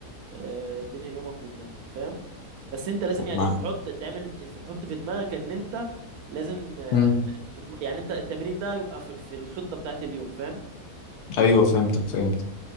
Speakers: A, on the right; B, on the left.
A: آه تنهي يومك وتنام فاهم بس انت لازم
B: طب
A: يعني
B: ما
A: تحط تعمل تحط في دماغك ان انت لازم آه
B: مم.
A: تتم... يعني انت التمرين ده يبقى في, في الخطة بتاعت اليوم فاهم
B: ايوه فهمتك فهمتك